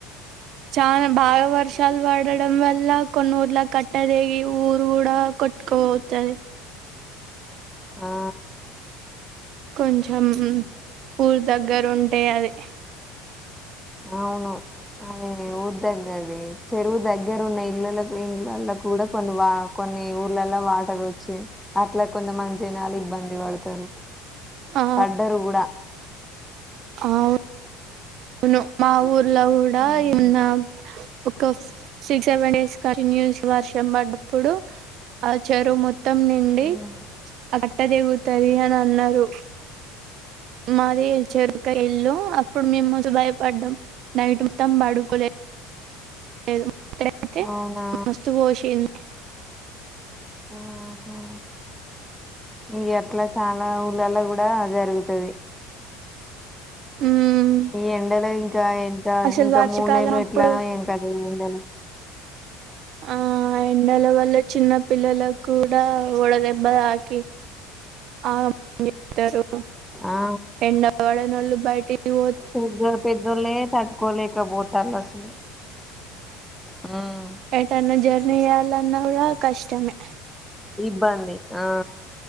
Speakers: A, on the right (about 55°); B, in the centre.
A: చానా బాగా వర్షాలు పడడం వల్ల కొన్ని ఊర్ల కట్టదెగి ఊరు కూడా కొ ట్కోవోతది
B: ఆ
A: కొంచెం ఊరు దగ్గర ఉంటే అది
B: అవును అదే ఊద్దగది ది చెరువు దగ్గర ఉన్న ఇళ్ళలకు పోయింది ఇళ్లకు కూడా కొన్ని వా కొన్ని ఊర్లలో వాటర్ వొచ్చు చే అట్లా కొంత మంది జనాలు ఇబ్బంది పడతారు
A: ఆ
B: పడ్డరు కూడా
A: అవ్ వును మా ఊర్లో గూడా
B: ఉమ్
A: ఉన్న ఒక సిక్స్ సెవెన్ డేస్ కంటిన్యూఎస్ వర్షం పన్నప్పుడు ఆ చెరువు మొ త్తం నిండి
B: ఉమ్.
A: కట్ట తెగుతది అని అన్నారు మాది చెరువుక ఇల్లు అప్పుడు మేము ముదు భయపడ్డాం నైట్ మొత్తం బడుకోలే లేదు ఇక్కడైతే
B: అవునా
A: మస్తు పోసింది
B: ఆహా ఇగ అట్లా చాలా ఊర్లల్లో కూడా ఆ జరుగుతది
A: ఉమ్
B: ఈ ఎండలో ఇంకా ఎంత
A: అసలు
B: ఇంకా
A: వర్షకాలం
B: మూడు నేలు
A: అప్పుడు
B: ఎట్లనో ఏం కథో ఈ దేల్
A: ఆ ఎండల వల్ల చిన్నపిల్లల కు కూడా వడ దెబ్బ తాకి ఆ చెప్తారు
B: ఆ
A: ఎండ పడనోళ్లు బయటికి పో
B: పెద్ద పెద్దొల్లే తట్టుకోలేక పోతారు అసలు ఉమ్
A: ఎటన్నా జర్నీ చేయాలన్నా కూడా కష్టమే
B: ఇబ్బంది ఆ